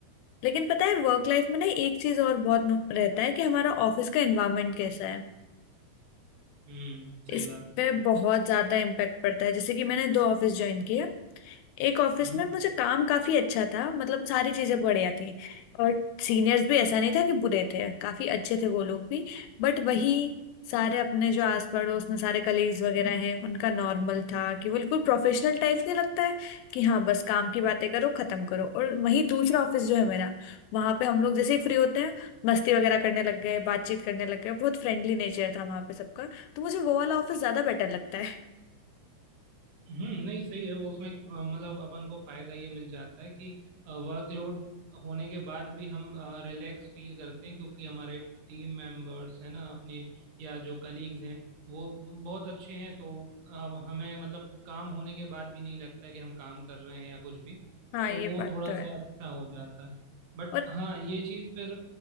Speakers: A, on the left (about 80°); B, on the right (about 85°).
A: लेकिन पता है वर्क लाइफ में ना एक चीज और बहुत नु- रहता है कि हमारा ऑफिस का एनवायरनमेंट कैसा है
B: हम्म सही
A: इस
B: बात है
A: पे बहुत ज्यादा इम्पैक्ट पड़ता है जैसे कि मैंने दो ऑफिस ज्वाइन किए एक ऑफिस
B: हम्म
A: में मुझे काम काफी अच्छा था मतलब सारी चीजें बढ़िया थी और सीनियर्स भी ऐसा नहीं था कि बुरे थे काफी अच्छे थे वो लोग भी बट वही सारे अपने जो आस पड़ोस में सारे कलीग्स वगैरह हैं उनका नॉर्मल था कि बिल्कुल प्रोफेशनल टाइप नहीं लगता है कि हाँ बस काम की बातें करो खत्म करो और वहीं दूसरा ऑफिस जो है मेरा वहां पे हम लोग जैसे ही फ्री होते हैं मस्ती वगैरह करने लग गए बातचीत करने लग गए बहुत फ्रेंडली नेचर था वहां पे सबका तो मुझे वो वाला ऑफिस ज्यादा बेटर लगता है
B: हम्म नहीं सही है वो उसमें अ, मतलब अपन को फायदा ये मिल जाता है कि वर्कलोड होने के बाद भी हम रिलैक्स फील करते हैं क्योंकि हमारे टीम मेंबर्स है ना अपनी या जो कलीग्स हैं वो बहुत अच्छे हैं तो अ, हमें मतलब काम होने के बाद भी नहीं लगता है कि हम काम कर रहे हैं या कुछ भी
A: हाँ
B: तो
A: ये
B: वो
A: बात
B: थोड़ा
A: तो है
B: सा अच्छा हो जाता है बट
A: और
B: हाँ ये चीज़ फिर